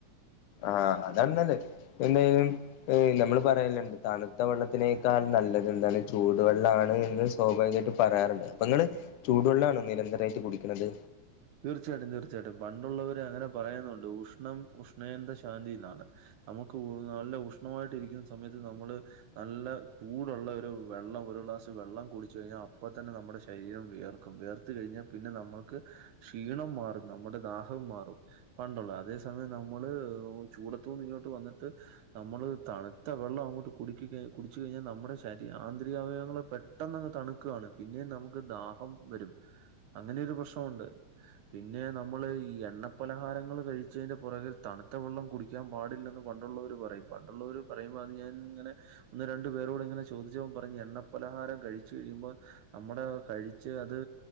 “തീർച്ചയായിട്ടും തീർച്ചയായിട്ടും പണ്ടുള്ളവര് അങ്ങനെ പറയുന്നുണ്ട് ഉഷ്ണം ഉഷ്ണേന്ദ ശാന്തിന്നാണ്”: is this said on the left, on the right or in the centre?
Right